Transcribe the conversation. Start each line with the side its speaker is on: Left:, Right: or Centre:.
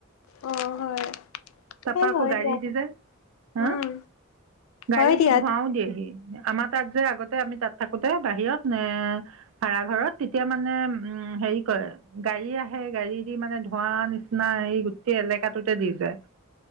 Left: অ হয়
Right: তাৰপা
Left: সেই
Right: আকৌ
Left: হয়
Right: গাড়ী
Left: দিয়া
Right: দি যে হা
Left: উম
Right: গাড়ী
Left: হয় দিয়া
Right: দি ধৱাও দিয়েহি। আমাৰ তাত যে আগতে আমি তাত থাকোতে বাহিৰত এ ভা়ৰাঘৰত তেতিয়া মানে উম হেৰি কয় গাড়ী আহে গাড়ী দি মানে ধোৱা নিচিনা এই এলেকাটোতে দি যায়।